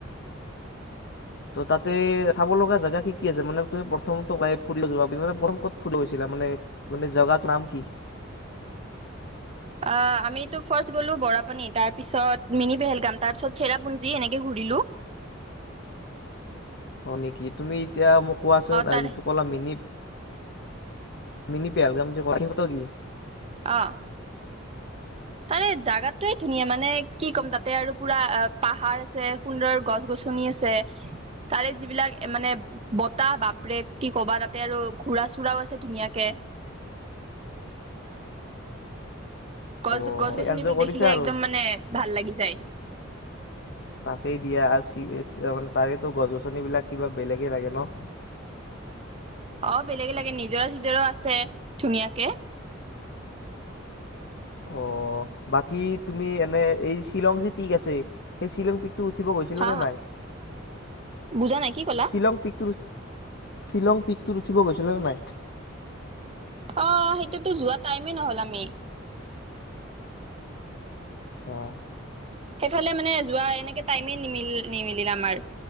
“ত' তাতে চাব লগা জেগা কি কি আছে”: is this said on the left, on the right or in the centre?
Left